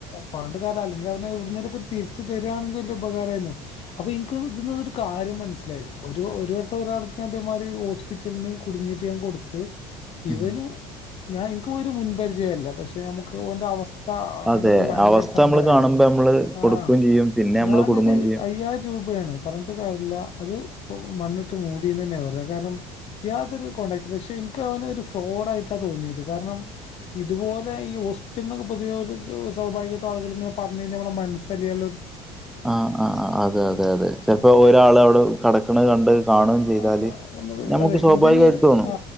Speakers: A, on the left (about 45°); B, in the centre.
A: പറഞ്ട്ട് കാര്യല അല്ലെങ്കി അവനെവിടുന്നേലൊക്കെ തിരിച്ച് തരുവാണെങ്കിൽ വലിയ ഉപകാരേനു അപ്പൊ ഇൻക്ക് ഇതിന്ന് ഒരു കാര്യം മനസ്സിലായി ഒരു ഒരു വട്ടം ഒരാൾക്ക് ഞാനിതേമാതിരി ഹോസ്പിറ്റൽന്ന് കുടുങ്ങിട്ട് ഞാൻ കൊടുത്ത്
B: ഉം
A: ഇവന് ഞാൻ ഇൻക്ക് ഒരു മുൻപരിചയൊല്ല പക്ഷെ എ നമുക്ക് ഓന്റെ അവസ്ഥ കണ്ടപ്പോ
B: അതെ
A: ഭയങ്കര
B: അവസ്ഥ
A: സങ്കടായി
B: നമ്മള് കാണുമ്പോ നമ്മള്
A: ആഹ്
B: കൊടുക്കുകയും ചെയ്യും പിന്നെ നമ്മള്
A: ഞാനത്
B: കുടുങ്ങുകയും ചെയ്യും
A: അയ്യായിരൂപയാണ് പറഞ്ഞിട്ട് കാര്യല്ല അത് മണ്ണിട്ട് മൂടീന്നെന്നെ പറയാ കാരണം യാതൊരു കോണ്ടാക്റ്റുല്ല വശെ ഇൻക്ക് അവനൊരു ഫ്രോഡായിട്ടാ തോന്നിയത് കാരണം ഇതുപോലെ ഈ ഹോസ്പിറ്റൽന്നൊക്ക പൊതുവെ ഓര്ക്ക് സ്വാഭാവികായിട്ടു ആള്കൾ ഇങ്ങനെ പറഞ്ഞയിഞ്ഞാ നമ്മുടെ മനസ്സലിയല്ലോ-
B: ആഹ ആഹ ആഹ അതെ അതെ അതെ ചെൽപ്പൊ
A: ആ
B: ഒരാള് അവിടെ കെടക്കണ കണ്ട് കാണുകയും ചെയ്താല്
A: ആ നമ്മള്
B: നമുക്ക്
A: അതെ
B: സ്വാഭാവികമായിട്ട്
A: ഇവന്
B: തോന്നും
A: ആ